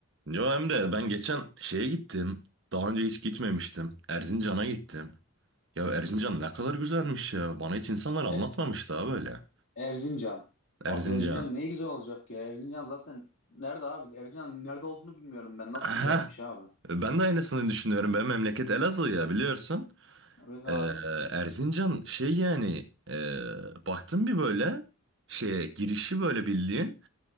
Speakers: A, on the right; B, on the left.
A: Yo Emre ben geçen şeye gittim. Daha önce hiç gitmemiştim. Erzincan'a gittim. Ya Erzincan ne kadar güzelmiş ya. Bana hiç insanlar anlatmamış
B: E-
A: daha böyle.
B: Erzincan. Abi
A: Erzincan.
B: Erzincan ne güzel olacak ya. Erzincan zaten nerede abi? Erzincan'ın nerede olduğunu bilmiyorum ben. Nasıl
A: Aha.
B: güzelmiş abi.
A: Ben de aynısını düşünüyorum. Benim memleket Elazığ ya biliyorsun.
B: Evet abi.
A: Ee, Erzincan şey yani e, baktım bir böyle şeye girişi böyle bildiğin.